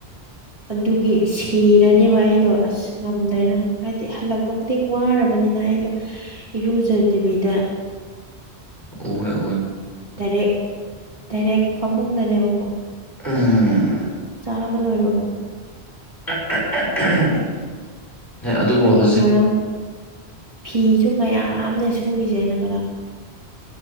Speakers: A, on the right; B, on the left.
A: ꯑꯗꯨ ꯑꯗꯨꯒꯤ ꯁꯤꯔꯅꯤꯌꯦꯕ ꯑꯩꯗꯣ ꯑꯁ ꯉꯝꯗ꯭ꯔꯦꯅ ꯍꯥꯏꯗꯤ ꯍꯜꯂꯛꯄ ꯈꯨꯗꯤꯡ ꯋꯥꯔꯕꯅꯤꯅ ꯑꯩꯗꯣ ꯏꯔꯨꯖꯗꯕꯤꯗ
B: ꯎꯌꯦ
A: ꯗꯥꯏꯔꯦꯛ ꯗꯥꯏꯔꯦꯛ ꯐꯃꯨꯡꯗꯅꯦꯕꯀꯣ
B: ꯎꯝ
A: ꯆꯥꯕ ꯂꯣꯏꯕꯒ
B: <inaudible> ꯑꯗꯨꯕꯨ
A: ꯑꯗꯨꯒꯤ
B: ꯍꯧꯖꯤꯛ
A: ꯉꯔꯥꯡꯈꯛ ꯐꯤꯁꯨ ꯃꯌꯥꯝꯅꯦ ꯁꯨꯔꯤꯁꯦ ꯑꯩꯅ ꯉꯔꯥꯡ